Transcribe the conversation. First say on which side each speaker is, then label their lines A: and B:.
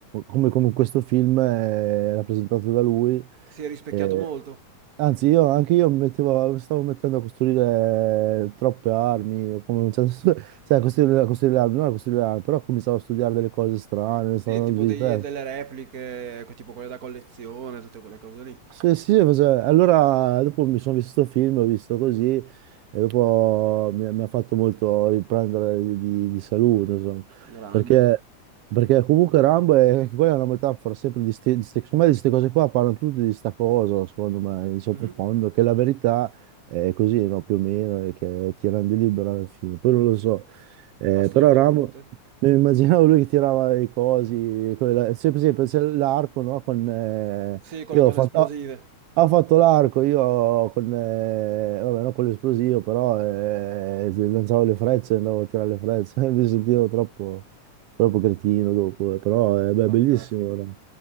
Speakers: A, on the right (about 85°); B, on the right (about 40°).
A: come, come in questo film eh, rappresentato da lui.
B: Ti sei rispecchiato
A: Eh,
B: molto?
A: anzi, io, anche io mi mettevo- mi stavo mettendo a costruire troppe armi, o come, cioè, <laughs> cioè, a costruire, a costruire le armi, non a costruire le armi, però cominciavo a studiare delle cose strane, stavo
B: Sì,
A: andando
B: tipo
A: giù di
B: dei-
A: testa.
B: delle repliche, ecco, tipo quelle da collezione, tutte quelle cose lì.
A: Sì, sì, cosa- allora dopo mi sono visto questo film, ho visto così e dopo mi, mi ha fatto molto riprendere di, di- di salute, insomma,
B: Grande.
A: perché, perché comunque Rambo è, anche quella è una metafora sempre di queste cose qua, parlano tutti di sta cosa, secondo me, in sottofondo,
B: Mhm,
A: che la verità è così, no, più o meno, e che ti rende libero alla fine, poi non lo so, Eh,
B: Assolutamente.
A: però Rambo... Mi immaginavo lui che tirava le cose, quella- sempre, sempre se- l'arco, no? Con, eh,
B: Sì, con
A: io
B: le cose
A: ho fatto,
B: esplosive.
A: ho fatto l'arco, io con, eh, vabbè, non con l'esplosivo, però eh, se lanciavo le frecce, andavo a tirare le frecce, <laughs> mi sentivo troppo, troppo cretino dopo, eh, però è beh,
B: Fantastico.
A: bellissimo. era.